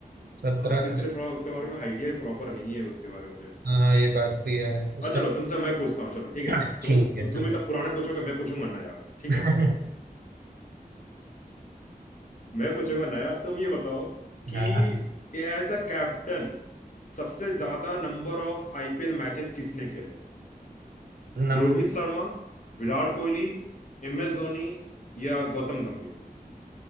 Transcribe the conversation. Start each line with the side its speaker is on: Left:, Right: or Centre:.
Right: सत्रह
Left: हाँ, तो इसलिए थोड़ा उसके बारे में आइडिया प्रॉपर नहीं है उसके बारे में मुझे
Right: हाँ ये बात भी है उस
Left: अच्छा
Right: टाइम
Left: चलो तुमसे मैं पूछता हूँ चलो ठीक
Right: <clears throat> <laughs>
Left: है
Right: ठीक
Left: तुम
Right: है
Left: तु, तुम
Right: चलो
Left: इतना पुराने पूछोगे मैं पूछूंगा नया ठीक
Right: <laughs>
Left: है मैं पूछूंगा नया तुम ये बताओ कि
Right: हाँ
Left: एज अ कैप्टन सबसे ज्यादा नंबर ऑफ आईपीएल मैचेस किसने खेले हैं
Right: नम
Left: रोहित शर्मा विराट कोहली एम एस धोनी या गौतम गंभीर